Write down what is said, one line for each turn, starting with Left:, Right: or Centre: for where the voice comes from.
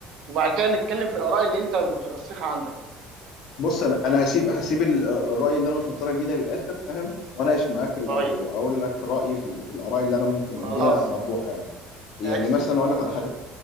Right: وبعد كده نتكلم في الآراء اللي أنت مترسخة عندك
Left: بص انا انا هسيب هسيب ال- الراي اللي انا مش مقتنع بيه ده للاخر فاهم واناقش معاك ال-
Right: طيب
Left: او اقول لك رايي في ال- في الاراء اللي انا ممكن
Right: خلاص
Left: اللي هي مطروحه يعني يعني
Right: عكس
Left: مثلا
Right: الترتيب
Left: اقول لك
Right: ماشي
Left: على حاجه